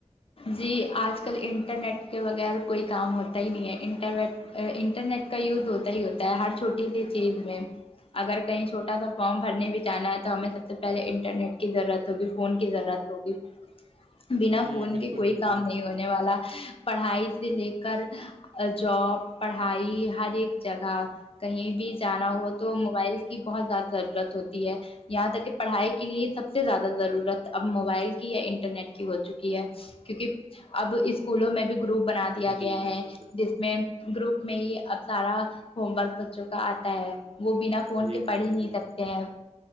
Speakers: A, on the left (about 50°); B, on the right (about 50°).
A: جی آج کل انٹرنیٹ کے بغیر کوئی کام ہوتا ہی نہیں ہے انٹرنیٹ انٹرنیٹ کا یوز ہوتا ہی ہوتا ہے ہر چھوٹی سی چیز میں اگر کہیں چھوٹا سا فارم بھرنے بھی جانا ہے تو ہمیں سب سے پہلے انٹرنیٹ کی ضرورت ہوگی فون کی ضرورت ہوگی بنا
B: جی
A: فون
B: بالکل
A: کے کوئی
B: بالکل
A: کام نہیں ہونے والا پڑھائی سے لے کر جاب پڑھائی ہر ایک جگہ کہیں بھی جانا ہو تو موبائل کی بہت زیادہ ضرورت ہوتی ہے یہاں تک کہ پڑھائی کے لیے سب سے زیادہ ضرورت اب موبائل کی یا ر نٹ کی ہو چکی ہے کیونکہ اب اسکولوں میں بھی گروپ بناات د دیا
B: جی
A: گیا ہے
B: بالکل بالکل
A: جس میں گروپ میں ہی سارا ہوم ورک بچوں کا آتا ہے وہ بنا فون
B: جی
A: کے پڑھ
B: بالکل
A: ہی نہیں
B: بالکل
A: سکتے ہیں